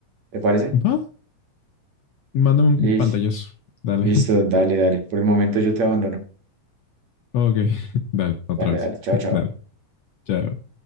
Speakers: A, on the right; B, on the left.
A: ¿Te parece?
B: va, mándame
A: Liz,
B: un pantallazo, dale.
A: listo,
B: <laughs>
A: dale, dale. Por el momento yo te abandono.
B: Ok, <laughs> dale, otra
A: Dale,
B: vez,
A: dale,
B: <laughs>
A: chao, chao.
B: dale, chao.